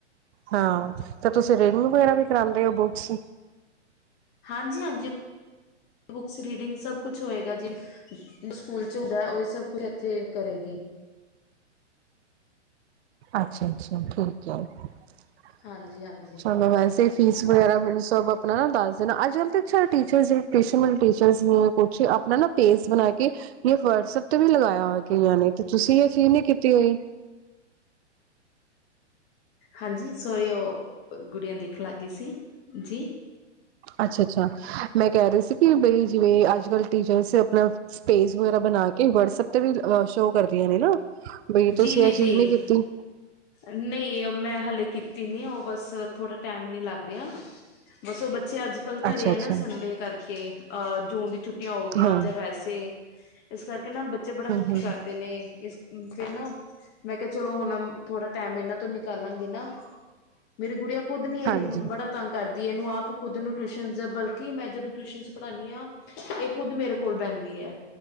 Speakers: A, on the right; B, on the left.
A: ਹਾਂ ਤੇ ਤੁਸੀਂ ਰੀਡਿੰਗ ਵਗੈਰਾ ਵੀ ਕਰਾਂਦੇ ਹੋ ਬੁੱਕਸ
B: ਹਾਂਜੀ, ਹਾਂਜੀ ਬੁਕਸ ਰੀਡਿੰਗ ਸਭ ਕੁਛ ਹੋਏਗਾ ਜੀ ਜਿਵੇ ਸਕੂਲ ਚ ਹੁੰਦਾ ਉਹੀ ਸਭ ਕੁਛ ਇਥੇ ਕਰੇਗੀ।
A: ਅੱਛਾ, ਅੱਛਾ ਠੀਕ ਹੈ। <unintelligible>
B: ਹਾਂਜੀ ਹਾਂਜੀ
A: ਸਾਨੂੰ ਵੈਸੇ ਫੀਸ ਵਗੈਰਾ ਮੈਨੂੰ ਸਭ ਆਪਣਾ ਨਾ ਦੱਸ ਦੇਣਾ ਅੱਜ- ਕੱਲ ਕੁਛ ਟਿਊਸ਼ਨ ਟੀਚਰਸ ਨੇ ਆਪਣਾ ਪੇਜ ਬਣਾ ਕੇ ਜਾਂ ਵਟਸਐਪ ਤੇ ਵੀ ਲਗਾਇਆ ਹੋਇਆ। ਗਈਆਂ ਨੇ ਤੁਸੀਂ ਏ ਚੀਜ਼ ਨੀ ਕੀਤੀ ਹੋਈ।
B: ਹਾਂਜੀ, ਸੋਰੀ ਉਹ ਗੁੜੀਆਂ ਦੇਖਣ ਲੱਗ ਗਈ ਸੀ ਜੀ।
A: ਅੱਛਾ, ਅੱਛਾ ਮੈਂ ਕਹਿ ਰਹੀ ਸੀ ਕਿ ਬਈ ਜਿਵੇਂ ਅੱਜ- ਕੱਲ੍ਹ ਟੀਚਰਸ ਆਪਣਾ ਸਪੇਸ ਵਗੈਰਾ ਬਣਾ ਕੇ ਵਟਸਐਪ ਤੇ ਵੀ ਸ਼ੋਅ ਕਰਦੀਆਂ ਨੇ ਨਾ, ਬਈ
B: ਜੀ
A: ਤੁਸੀਂ
B: ਜੀ
A: ਇਹ
B: ਜੀ
A: ਚੀਜ਼ ਨੀ ਕੀਤੀ।
B: ਨਹੀਂ ਮੈਂ ਹਲੇ ਕੀਤੀ ਨੀ ਉਹ ਬਸ ਥੋੜਾ ਟਾਈਮ ਨੀ ਲੱਗ ਰਿਹਾ ਬਸ ਉਹ ਬ ਬੱਚੇ ਅੱਜ- ਕੱਲ੍ਹ
A: ਅੱਛਾ-ਅੱਛਾ
B: ਘਰੇ ਆ ਨਾ ਸੰਡੇ ਕਰਕੇ। ਅਹ ਜੂਨ ਦੀ ਛੁੱਟੀ ਟੀਆਂ ਹੋਗੀਆਂ
A: ਹਾਂ
B: ਜਾਂ ਵੈਸੇ। ਇਸ ਕਰਕੇ ਨਾ ਬੱ ਬੱਚੇ ਬੜਾ
A: ਹੂੰ-ਹੂੰ
B: ਦੁਖੀ ਕਰਦੇ ਨੇ ਇਸ ਫਿਰ ਨਾ ਮੈਂ ਕਿਹਾ ਚਲੋ ਹੁਣ ਥੋੜਾ ਟਾਈਮ ਇਹਨਾਂ ਤੋਂ ਨਿਕਾਲਾਂਗੀ ਨਾ। ਮੇਰੀ ਗੁੜੀਆ ਖੁਦ ਨੀ
A: ਹਾਂਜੀ
B: ਬੜਾ ਤੰਗ ਕਰਦੀ। ਇਹਨੂੰ ਆਪ ਖੁਦ ਨੂੰ ਟਿਊਸ਼ਨ ਬਲਕਿ ਮੈਂ ਜਦੋਂ ਟਿਊਸ਼ਨ ਪੜ੍ਹਾਨੀ ਹਾਂ ਇਹ ਖੁਦ ਮੇਰੇ ਕੋਲ ਬਹਿੰਦੀ ਐ।